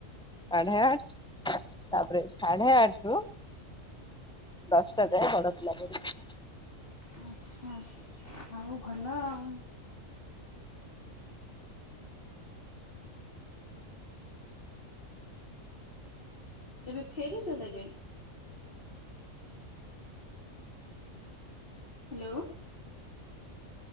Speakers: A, in the centre; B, on the left.
A: ସାଢ଼େ ଆଠ ତାପରେ ସାଢ଼େ ଆଠ ରୁ। ଦଶ ଟା ଯାଏ ବଡ ପିଲା ପଢ଼ି <inaudible>
B: ଉଁ ଆଚ୍ଛା ଆଉ ଭଲ ଆଉଁ। ଏବେ ଫେରୁଛ ତେବେ। ହ୍ୟାଲୋ,